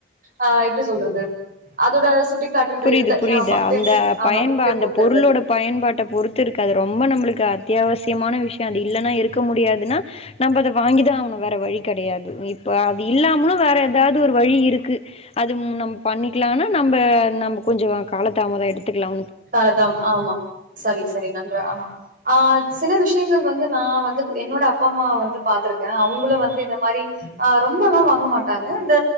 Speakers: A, on the right; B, on the left.
A: ஆ எப்டி சொல்றது அதோட சுட்டிக்காட்டுன்ற
B: புரியுது
A: எடுத்து
B: புரியுது
A: ஆமா <unintelligible>
B: அந்த
A: ஆமா
B: பயன்பா
A: <unintelligible>
B: அந்த
A: பொறுத்து
B: பொருளோட
A: இருக்கு
B: பயன்பாட்ட பொறுத்து இருக்கு அது ரொம்ப நம்மளுக்கு அத்தியாவசியமான விஷியோ அது இல்லன்னா இருக்க முடியாதுன்னா நம்ம அத வாங்கிதா ஆகணு வேற வழி கெடையாது இப்ப அது இல்லாம வேற ஏதாவுது ஒரு வழி இருக்கு அது ம் நம்ம பண்ணிக்லானா நம்ப நம்ம கொஞ்சோ காலத் தாமதோ எடுத்துக்குலா
A: <unintelligible> ஆமா சரி சரி நன்று ஆமா ஆ சில விஷியங்கள் வந்து நா வந்து என்னோட அப்பா அம்மாவ வந்து பாத்துருக்க அவுங்களு வந்து இந்த மாரி ஆ ரொம்பலா வாங்க மாட்டாங்க இந்த